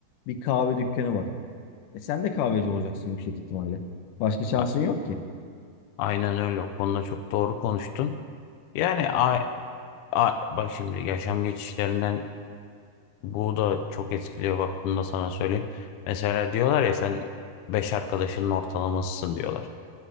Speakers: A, on the left; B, on the left.
A: bir kahve dükkanı var. E sen de kahveci olacaksın yüksek ihtimalle. Başka şansın
B: A-
A: yok ki.
B: Aynen öyle. O konuda çok doğru konuştun. Yani a, a- bak şimdi yaşam geçişlerinden Bu da çok etkiliyor bak bunu da sana söyleyeyim. Mesela diyorlar ya sen 5 arkadaşının ortalamasısın diyorlar.